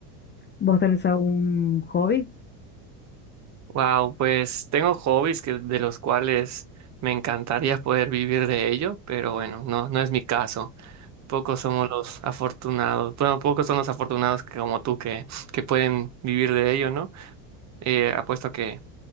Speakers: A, on the left; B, on the right.
A: ¿Vos tenés algún hobby?
B: Wow, pues tengo hobbies que, de los cuales me encantaría poder vivir de ello, pero bueno, no, no es mi caso. Pocos somos los afortunados, bueno, pocos son los afortunados que- como tú que, que pueden vivir de ello, ¿no? Eh, apuesto que,